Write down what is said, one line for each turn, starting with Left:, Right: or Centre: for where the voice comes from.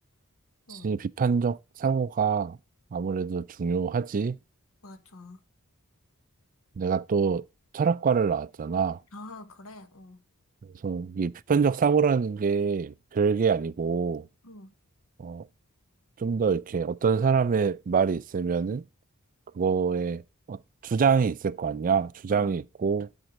Left: 어,
Right: 지 비판적 사고가 아무래도 중요하지.
Left: 맞아.
Right: 내가 또 철학과를 나왔잖아.
Left: 아, 그래, 어.
Right: 그래서 이 비판적 사고라는 게 별게 아니고,
Left: 응,
Right: 어, 좀 더 이렇게 어떤 사람의 말이 있으면은 그거에 어, 주장이 있을 거 아니야. 주장이
Left: 응,
Right: 있고,